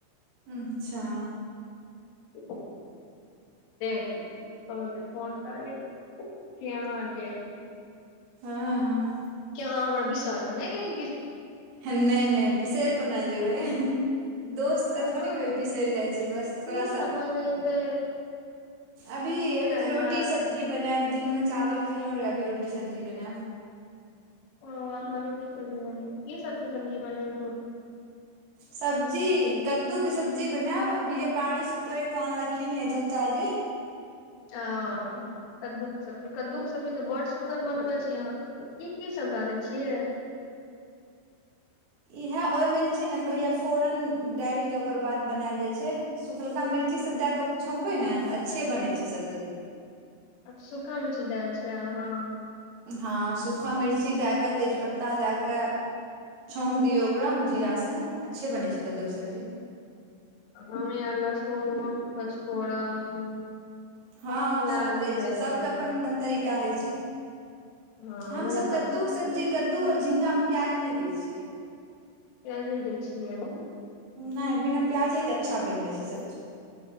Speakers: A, on the right; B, on the left.
A: अच्छा
B: देखि तऽ अहाँक फोन करली से अहाँ आर के
A: हँ
B: किया अहाँ हमरा बिसरि तऽ नहि गेलियै
A: नइ नइ बिसइर कोना जेबै दोस्त
B: तऽ
A: के थोड़ी
B: अहाँ
A: कोइ बिसइर जाइ छै बस
B: की
A: थोड़ा
B: सब
A: सा
B: बनेबै
A: अभी
B: खाय
A: अभी तऽ रोटी
B: लए
A: सब्जी बनायब दिनमे चावल खेलहुँ रहै अभी रोटी सब्जी बनायब
B: ओ अहां रोटी सब्जी बनेबै की सबके सब्जी बनेबय
A: सब्जी कद्दू के सब्जी बनायब अभीये बारीसं तोड़ि कऽ अनलखिन ये चाचा जी
B: <inaudible> ओ कद्दूक सब्जी कद्दूक सब्जी तऽ बड्ड सुन्दर बनबैत छी अहाँ की की सब डालै छियै
A: इहा ओहिमे जे छै ने पहिले फोरन डालि के ओकर बाद बनायल जाय छै सुखलका मिर् ची सब दएक छौंकबै ने तऽ अच्छे बनै छै सब्जी
B: सुखा मिर्ची दय छी आहाँ
A: हँ सूखा मिर्ची दए कऽ तेजपत्ता दए कऽ छौँक दियौ ओकरा जीरासँ अच्छे बनै छै कद्दूके सब्जी
B: हमे और लहसुन पचफोरन
A: हँ
B: प्याज
A: सभ दै छै
B: देबै
A: सबके अपन अपन तरीका होइ छै
B: हँ
A: हमसभ
B: वही बात
A: कद्दूक
B: छै
A: सब्जी कद्दू आओर झिंगामे प्याज नहि दै छियै
B: प्याज नहि दै छियै
A: नहि बिना प्याजेके अच्छा बनि जाइ छै सब्जी